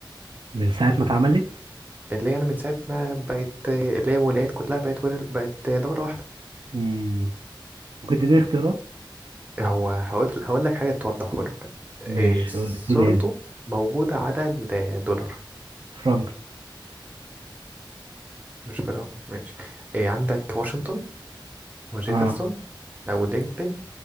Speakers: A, on the right (about 70°); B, on the right (about 20°).
A: من ساعه ما اتعملت
B: اللي يعني من ساعة ما بقت اللي هي الولايات كلها بقت ول... بقت دولة واحدة
A: مم. ممكن تديني اختيارات
B: هو هقول هقول لك حاجة توضحه لك إيه
A: ماشي
B: صورته
A: قول لي. اديني هنا
B: موجودة على الدولار
A: فرانك
B: مش جرام ماشي إيه عندك واشنطن وجيفرسون
A: اه
B: أو دينكتن